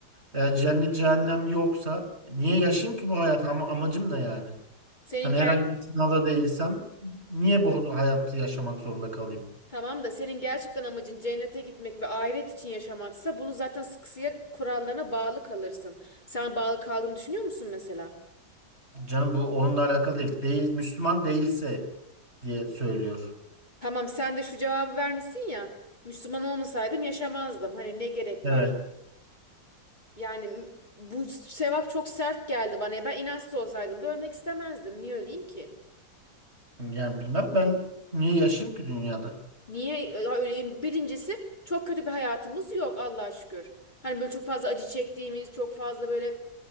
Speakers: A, on the right; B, on the left.
A: Eğer cennet cehennem yoksa niye yaşayayım ki bu hayat? ama amacım ne yani?
B: senin
A: Hani
B: ger
A: herhangi bir sınavda değilsem niye bu hayatı yaşamak zorunda kalayım?
B: Tamam da senin gerçekten amacın cennete gitmek ve ahiret için yaşamaksa bunu zaten sıkısıya kurallarına bağlı kalırsın. Sen bağlı kaldığını düşünüyor musun mesela?
A: Canım bu onunla alakalı değil. Değil Müslüman değilse diye söylüyor.
B: Tamam sen de şu cevabı vermişsin ya. Müslüman olmasaydım yaşamazdım. Hani ne gerek
A: Evet.
B: var? Yani m- bu sevap çok sert geldi bana. Ben inançsız olsaydım da ölmek istemezdim. Niye öleyim ki?
A: Yani bilmem ben niye yaşayayım ki dünyada?
B: Niye? Ya öyle- Birincisi çok kötü bir hayatımız yok Allah'a şükür. Hani böyle çok fazla acı çektiğimiz, çok fazla böyle